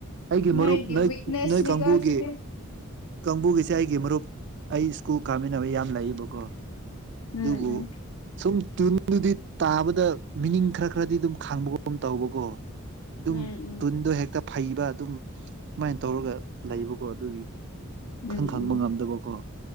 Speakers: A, on the right; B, on the left.
A: ꯑꯩꯒꯤ
B: ꯅꯣꯏꯒꯤ
A: ꯃꯔꯨꯞ ꯅꯣꯏ
B: ꯋꯤꯛꯅꯦꯁꯅꯤꯀꯣ
A: ꯅꯣꯏ ꯀꯥꯡꯕꯨꯒꯤ
B: ꯁꯤꯗꯤ
A: ꯀꯥꯡꯕꯨꯒꯤꯁꯦ ꯑꯩꯒꯤ ꯃꯔꯨꯞ ꯑꯩ ꯁ꯭ꯀꯨꯜ ꯀꯥꯃꯤꯟꯅꯕ ꯌꯥꯝ ꯂꯩꯏꯕꯀꯣ꯫
B: ꯎꯝ
A: ꯑꯗꯨꯕꯨ
B: ꯎꯝ
A: ꯁꯨꯝ ꯇꯨꯟꯗꯨꯗꯤ ꯇꯥꯕꯗ ꯃꯤꯅꯤꯡ ꯈꯔ ꯈꯔꯗꯤ ꯑꯗꯨꯝ ꯈꯪꯕꯒꯨꯝ ꯇꯧꯕꯀꯣ ꯑꯗꯨꯝ
B: ꯎꯝ
A: ꯇꯨꯟꯗꯣ ꯍꯦꯛꯇ ꯐꯩꯕ ꯑꯗꯨꯝ ꯃꯥꯏꯅ ꯇꯧꯔꯒ ꯂꯩꯕꯀꯣ ꯑꯗꯨꯒꯤ
B: ꯎꯝ
A: ꯈꯪ
B: ꯎꯝ
A: ꯈꯪꯕ ꯉꯝꯗꯕꯀꯣ